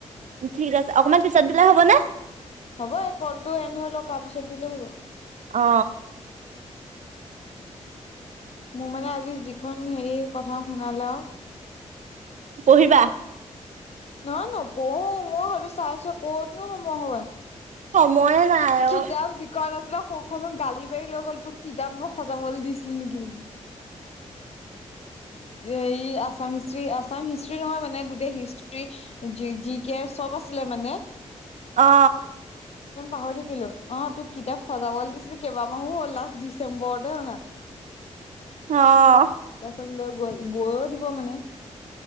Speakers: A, on the right; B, on the left.
A: ঠিক আছে অকমান পিছত দিলে হ'ব ন
B: হ'ব এই কলটো এনেৰি লওক তাৰপিছত দিলে হ'ব
A: অ
B: মোৰ মানে আজি যিখন হেৰি কথা শুনালে আৰু
A: কহিবা
B: নহয় ন পঢ়ো মই স চাইছো পঢ়তনো সময় হয়
A: সময়ে নাই
B: কিতাপ
A: অ
B: যিকত আছে তাক সৌখনো গালি পাৰি লৈ গ'ল তোক কিতাপ মই সজাবলৈ দিছিল নেকি বুলি এই আাম হিষ্টি আছাম হিষ্ট্ৰ্ৰী নহয় মানে গোটেই হিষ্টি যি কে ম
A: অ
B: পাহৰি থাকিলো অ তোক কিতাপ সজাবলৈ দিছিলো কেইবামাহো হ'ল লাষ্ট ডিচেম্বৰতে হনা
A: অ
B: তাৰ পাছত লৈ গল বৈও দিব মানে